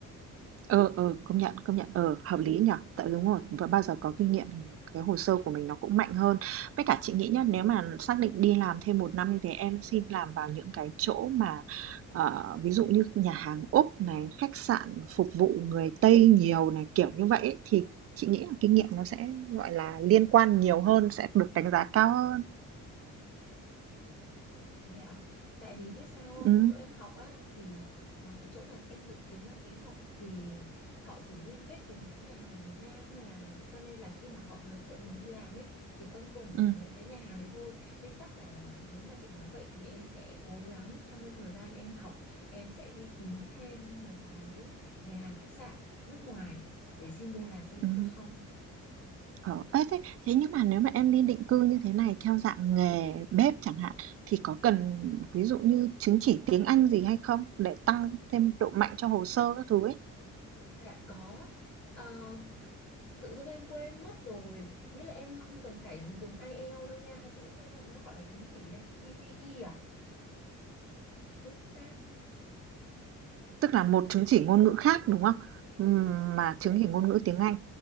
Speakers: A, on the right; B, on the left.
A: Ờ, ờ, công nhận, công nhận, ờ, hợp lý nhở, Tại đúng rồi, và bao giờ có kinh nghiệm thì cái hồ sơ của mình nó cũng mạnh hơn. Với cả chị nghĩ nhá, nếu mà xác định đi làm thêm một năm như thế, em xin làm vào những cái chỗ mà ờ, ví dụ như nhà hàng Úc này, khách sạn phục vụ người Tây nhiều này, kiểu như vậy ấy, thì chị nghĩ là kinh nghiệm nó sẽ gọi là liên quan nhiều hơn, sẽ được đánh giá cao hơn.
B: Thế ạ? Tại vì biết sao không,
A: Ừ,
B: cái chỗ em học á thì ờ, cái chỗ mà em dự kiến đăng ký học thì họ chỉ liên kết đến mấy cái nhà hàng Việt Nam thôi à. Cho nên là khi mà họ giới thiệu mình đi làm ấy chỉ quanh quẩn
A: ừ,
B: mấy cái nhà hàng đấy thôi. Nên chắc là nếu mà chị nói vậy thì em sẽ cố gắng trong cái thời gian em học em sẽ đi kiếm thêm mấy cái nhà hàng khách sạn nước ngoài để xin vô làm xem có
A: ừ.
B: được không.
A: Ờ, ê, thế thế nhưng mà nếu mà em đi định cư như thế này theo dạng nghề bếp chẳng hạn thì có cần ví dụ như chứng chỉ tiếng Anh gì hay không để tăng thêm độ mạnh cho hồ sơ các thứ ấy.
B: Dạ có. Ờ, tự dưng em quên mất rồi nghĩa là em không cần phải dùng IELTS đâu nha hay TOEIC đâu nha nó gọi là chứng chỉ gì ta? PTE à đúng không ta
A: Tức là một chứng chỉ ngôn ngữ khác đúng không? Ừm, Mà
B: Ừ,
A: chứng
B: ừ
A: chỉ ngôn ngữ tiếng Anh.